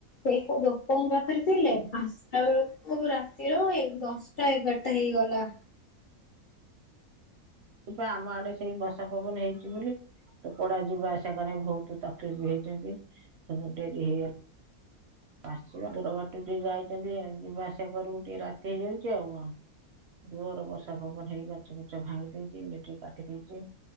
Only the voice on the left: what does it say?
ସେଇ କୋଉ ଦୋକଙ୍କ ଯାତରେ ଥିଲେ ଆସିଲା ବେଳକୁ ରାତିର ଏ ଦଶଟା ଏଗାରଟା ହେଇଗଲା।